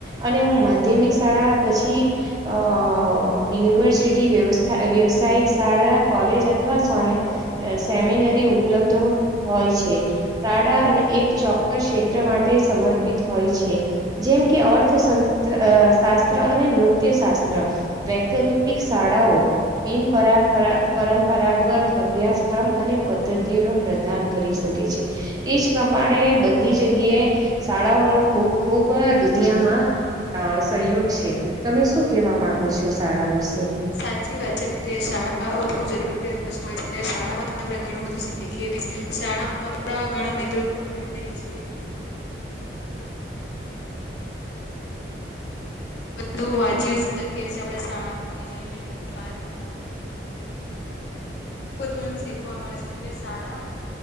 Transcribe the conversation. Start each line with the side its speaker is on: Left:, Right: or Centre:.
Right: અને હું માધ્યમિક શાળા પછી અ યુનિવર્સિટી વ્યવસ્થા વ્યવસાયિક શાળા કોલેજ અથવા સ સેમિનરી ઉપલબ્ધ હોય છે. શાળા અને એક ચોક્કસ ક્ષેત્ર માટે સમર્પિત હોય છે. જેમ કે અર્થશસ્ શાસ્ત્ર અને નૃત્ય શાસ્ત્ર વૈકલ્પિક શાળાઓ બિન પરાપ પરા પરંપરાગત અભ્યાસક્રમ અને પદ્ધતિઓ ન પ્રદાન કરી શકે છે. તે જ પ્રમાણે બધી જગ્યાએ શાળાઓનો ખૂબ ખૂબ દુનિયામાં અ સહયોગ છે. તમે શું કેવા માંગો છો શાળાઓ વિશે?
Left: સાચી વાત છે કે શાળા બહુ જરૂરિયાત વસ્તુ હોય છે શાળામાં આપણે ઘણું બધું શીખીએ બી છે સાણાપડા ઘણા મિત્રો બી બનાવીએ છીએ સી મળે છે શ બધું વાંચી શકીએ છેએ આપડે શાળામાં જેને હવે ફાર બાર ભણી નથી ઘણું બધું એમ શીખવા મળે છે કે શાળા